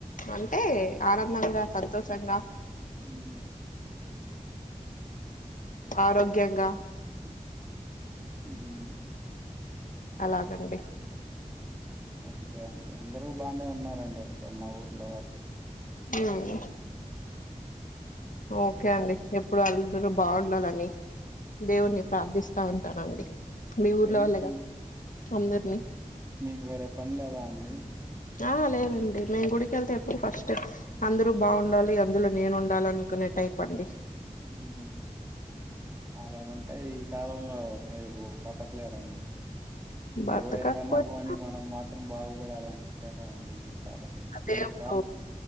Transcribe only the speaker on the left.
అంటే ఆనందంగా సంతోషంగా
ఆరోగ్యంగా
అలాగండి
హ్మ్ ఓకే అండి ఎప్పుడు అల్దురు బాగుండాలని దేవుణి ప్రార్థిస్తా ఉంటానండి మీ ఊర్లో
వాళ్ళే గా అందరినీ
ఆ లేదండి మేము గుడికి ఎళ్తే ఎప్పుడు ఫస్ట్ అందరూ బాగుండాలి అందులో నేను ఉండాలనుకునే టైపండి
బతకకపోయినా
దేవుడు